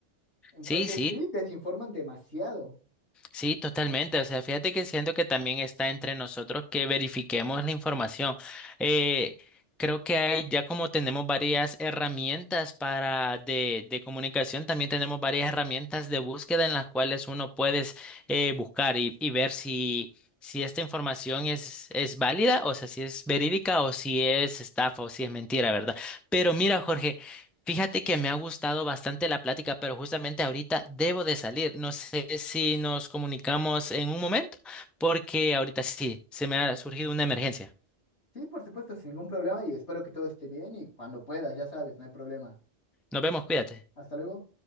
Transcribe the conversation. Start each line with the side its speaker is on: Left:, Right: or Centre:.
Left: Entonces,
Centre: Sí, sí,
Left: sí, desinforman demasiado.
Centre: Sí, totalmente. O sea, fíjate que siento que también está entre nosotros que verifiquemos la información. Eh, creo que hay, ya como tenemos varias herramientas para de, de comunicación, también tenemos varias herramientas de búsqueda en las cuales uno puedes eh, buscar y, y ver si, si esta información es, es válida, o sea, si es verídica o si es estafa o si es mentira, ¿verdad? Pero mira, Jorge. Fíjate que me ha gustado bastante la plática, pero justamente ahorita debo de salir. No sé si nos comunicamos en un momento, porque ahorita sí, se me ha surgido una emergencia.
Left: Sí, por supuesto, sin ningún problema y espero que todo esté bien y cuando puedas, ya sabes, no hay problema.
Centre: Nos vemos, cuídate.
Left: Hasta luego.